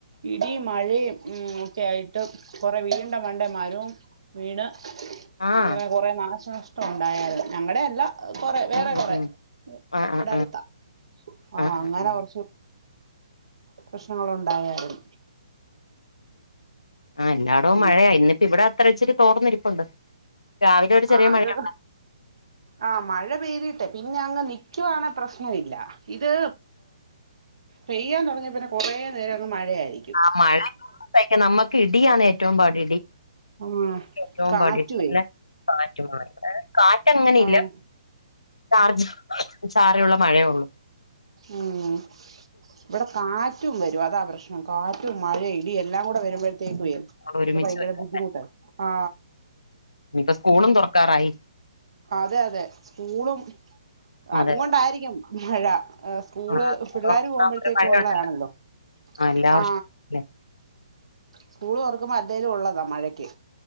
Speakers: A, on the right; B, on the left.
A: ഇടി മഴയും ഉ ഒക്കെ ആയിട്ട് കൊറെ വീടിണ്ട മണ്ടേ മരവും വീണ്
B: ആഹ്
A: അങ്ങനെ കൊറെ നാശനഷ്ടം ഉണ്ടായാ ഞങ്ങളടെ അല്ല കൊറ വേറെ
B: ഉം ഉം
A: കൊറെ
B: ഉം ആഹ്
A: ഇവടെ
B: ആഹ്
A: അടുത്താ ആ
B: ആഹ് ആഹ്
A: അങ്ങനെ
B: ആഹ് ആഹ്
A: കൊറച്ച് പ്രശ്നങ്ങൾ ഉണ്ടായാലും
B: എല്ലായിടവും
A: ഉം
B: മഴയാ ഇന്നിപ്പം ഇവിടെ അത്ര ഇച്ചിരി തോർന്നിരിപ്പുണ്ട് രാവിലെ ഒരു ചെറിയ
A: ആഹ അതെ
B: മഴയാണ്
A: ആഹ മഴ പെയ്തിട്ട് പിന്നെ അങ്ങ് നിൽക്കുവാണെ പ്രശ്നമില്ല ഇത് പെയ്യാൻ തൊടങ്ങിയ പിന്നെ കുറേ നേരം അങ്ങ് മഴയായി
B: ആ മഴ സഹിക്കാം നമ്മക്ക് ഇടിയാണ് ഏറ്റവും പാട്
A: ആഹ്
B: ഏറ്റവും
A: കാറ്റുവേ
B: പാട് പിന്നെ കാറ്റും <unintelligible> കാറ്റ അങ്ങനെ
A: ആഹ്
B: ഇല്ല ചാർജ് ചാറുള്ള മഴയേ ഒള്ളു
A: ഉം ഇവിടെ കാറ്റും വരും അതാ പ്രശ്നം കാറ്റും മഴെ ഇടി എല്ലാം കൂടെ വരുമ്പോഴ്‌ തേക്ക്
B: ഒരുമിച്ച്
A: <unintelligible> ഭയങ്കര
B: വരും
A: ബുദ്ധിമുട്ടായി ആ
B: ഇഞ്ഞി പ്പ സ്കൂളും തൊറക്കാറായി.
A: അതെ അതെ സ്കൂളും
B: അതെ
A: അത് കൊണ്ടായിരിക്കും മഴ സ്കൂള്
B: ആഹ്
A: പിള്ളാര്
B: തുറക്കാൻ
A: പോകുമ്പോഴത്തേക്ക്
B: ഒരു മഴയുണ്ടല്ലോ
A: ഉള്ളാണല്ലോ
B: ആഹ് എല്ലാ
A: ആ
B: വർഷവും ല്ലേ
A: സ്കൂള് തൊർക്കുമ്പോ അല്ലേലും ഉള്ളതാ മഴക്ക്